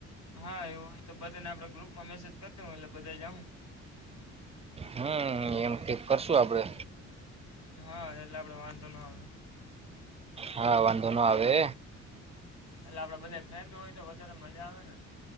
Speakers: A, on the left; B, on the right.
A: હા, એવું હોય તો બધાને આપડે ગ્રુપ માં મેસેજ કરી દઉ એટલે બધા જાઉ.
B: હમ્મ એમ તે કરશું આપડે.
A: હા, એટલે આપડે વાંધો ન આવે.
B: હા, વાંધો નો આવે.
A: એટલે આપડે બધા ફ્રેન્ડ હોય તો વધારે મજા આવે ને.